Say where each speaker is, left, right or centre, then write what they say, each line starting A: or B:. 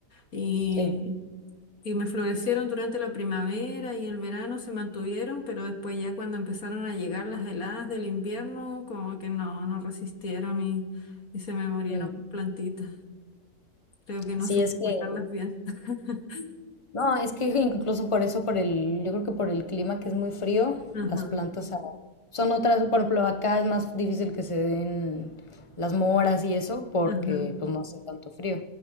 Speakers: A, on the left; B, on the left.
A: Y,
B: Sí.
A: Y me florecieron durante la primavera y el verano se mantuvieron, pero después ya cuando empezaron a llegar las heladas del invierno, como que no, no resistieron y, y se me murieron
B: Mm.
A: mis plantitas. Creo que no
B: Sí,
A: supe
B: es que,
A: cuidarlas bien. <laughs>
B: no, es que incluso por eso, por el, yo creo que por el clima que es muy frío,
A: Ajá,
B: las plantas ah, son otras, por ejemplo, acá es más difícil que se den las moras y eso porque
A: ajá,
B: pues no hace tanto frío.